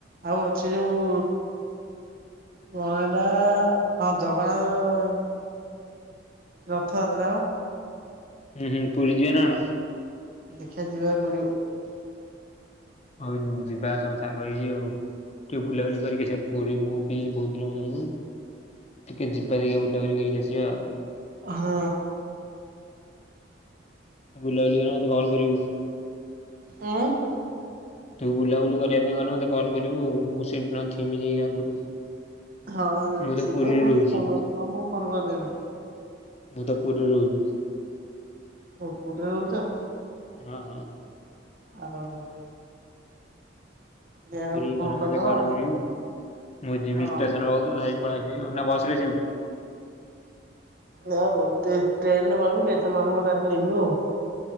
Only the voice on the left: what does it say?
ହୁଁ ହୁଁ ପୁରୀ ଯେବେ ନା କଣ?
ହଉ ଯିବା ସବୁ ସାଙ୍ଗ ହେଇଯିବ ଆଉ ଟିକେ ବୁଲାବୁଲି କରିକି ଆସିବା ପୁରୀ ମୁଁ ବି ବହୁତ ଦିନ ଯାଇନି ଟିକେ ଯିବା ଟିକେ ବୁଲାବୁଲି କରିକି ଆସିବା ଆଉ।
ବୁଲାବୁଲିିବ ମତେ କଲ କରିବୁ।
ତୁ ବୁଲାବୁଲି କରିବା ପାଇଁ ଗହଲେ ମତେ କଲ୍ କରିବୁ ମୁଁ ସେଇଠି ନ ଥିମି ଯାଇକି ଆଗରୁ
ମୁଁ ତ
ପୁରୀରେ
ରହୁଛି।
ମୁଁ ତ ପୁରୀରେ ରହୁଛି।
ହଁ ହଁ।
ପୁରୀ
ଗଲେ
ମତେ କଲ୍ କରିବୁ ମୁଁ ଯିବି
ଷ୍ଟେସନ ପାଖକୁ ନେଇ ପଳେଇ ଆସିବି ନା ବସ୍ ରେ ଆସିବୁ?